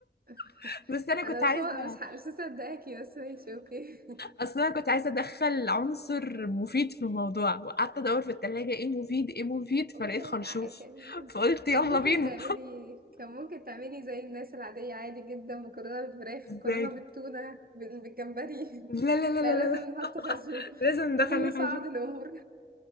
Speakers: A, on the right (about 55°); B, on the left (about 65°).
A: <laughs>
B: <laughs> بس أنا كنت
A: انا
B: عايزة
A: مش مش ح- مش مصدقاكي بس ماشي اوكي <laughs>
B: أصل أنا كنت عايزة أدخل عنصر مفيد في الموضوع وقعدت أدور في التلاجة إيه مفيد إيه مفيد فلقيت
A: ممكن
B: خرشوف
A: تع- كان
B: فقلت يلا
A: كان ممكن
B: بينا
A: تعملي كان ممكن تعملي زي الناس العادية عادي جدا مكرونة بالفراخ
B: إزاي
A: مكرونة بالتونة بال- بالجمبري
B: لا
A: <laughs>
B: لا لا
A: لا
B: لا
A: لازم
B: لا لا.
A: نحط خازوق
B: لازم
A: <laughs>
B: ندخل
A: لازم
B: الخرشوف
A: نصعد الأمور